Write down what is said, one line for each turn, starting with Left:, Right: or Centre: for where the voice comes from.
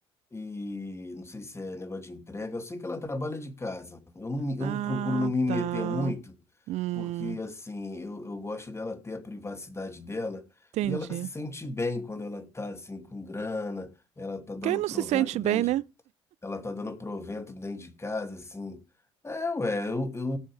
Left: e não sei se é negócio de entrega. Eu sei que ela trabalha de casa. Eu, não, me-
Right: Ah,
Left: eu procuro não me
Right: tá.
Left: meter muito,
Right: Hum,
Left: porque assim, eu, eu gosto dela ter a privacidade dela
Right: entendi.
Left: e ela se sente bem quando ela tá assim com grana, ela tá dando
Right: Quem não
Left: provento
Right: se sente bem,
Left: dentro
Right: né?
Left: de, ela tá dando provento dentro de casa, assim. É, ué, eu, eu,